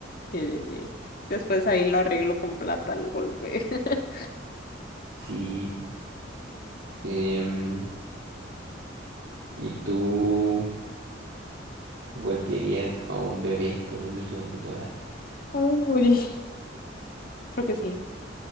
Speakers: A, on the left; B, on the right.
A: Sí, sí, sí. Después ahí lo arreglo con plata al golpe. <laughs>
B: Sí. em, ¿y tú golpearías a un bebé por un millón de dólares?
A: Uy, creo que sí.